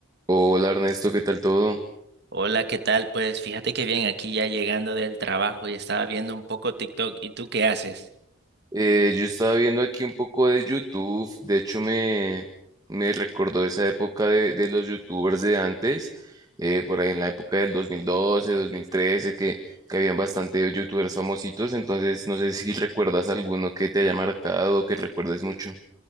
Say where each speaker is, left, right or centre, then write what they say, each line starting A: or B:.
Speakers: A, on the right; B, on the right.
A: Hola Ernesto, ¿qué tal todo?
B: Hola, ¿qué tal? Pues fíjate que bien, aquí ya llegando del trabajo y estaba viendo un poco TikTok. ¿Y tú qué haces?
A: Eh, yo estaba viendo aquí un poco de YouTube, de hecho me, me recordó esa época de, de los YouTubers de antes, eh, por ahí en la época del dos dos mil doce, dos mil trece, que, que habían bastante YouTubers famositos, entonces no sé si recuerdas alguno que te haya marcado o que recuerdes mucho.